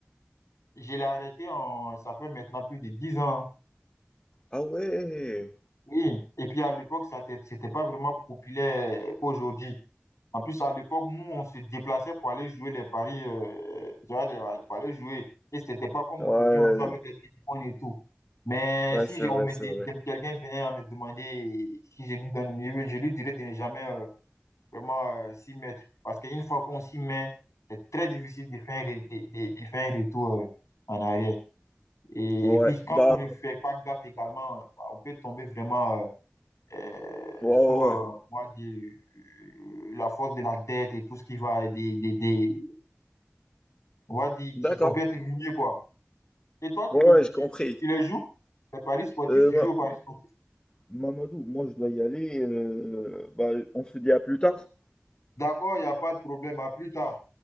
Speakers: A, on the left; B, on the left.
A: je l'ai arrêté, en, ça fait maintenant plus de 10 ans.
B: Ah ouais,
A: Oui, et puis à l'époque, ça n'était pas vraiment populaire qu'aujourd'hui. En plus, à l'époque, nous, on se déplaçait pour aller jouer les paris, euh, tu vois, les- pour aller jouer. Et c'était pas comme
B: ouais,
A: aujourd'hui, on joue avec les téléphones et tout. Mais
B: ouais,
A: si
B: c'est
A: j'ai-
B: vrai,
A: on me
B: c'est
A: dé-
B: vrai.
A: dé- quelqu'un venait à me demander si je lui donne, je lui je lui dirais de ne jamais euh, vraiment euh, s'y mettre. Parce qu'une fois qu'on s'y met, c'est très difficile de faire, un ré- de, de- de faire un retour euh, en arrière. Et,
B: Ouais,
A: et puis,
B: bah,
A: quand on ne fait pas gaffe également, on peut tomber vraiment euh, euh,
B: ouais,
A: sous
B: ouais,
A: euh,
B: ouais.
A: on va dire, euh, la force de la dette et tout ce qui va des, des, des- on va dire,
B: D'accord,
A: tu- on peut être ruiné quoi. Et toi,
B: ouais,
A: tu, le,
B: ouais, j'ai
A: tu,
B: compris.
A: tu, tu les joues, les paris sportifs,
B: Euh,
A: tu
B: Ma-
A: joues aux paris sportifs.
B: Mamadou, moi je dois y aller. euh, bah, on se dit à plus tard.
A: D'accord, il n'y a pas de problème, à plus tard.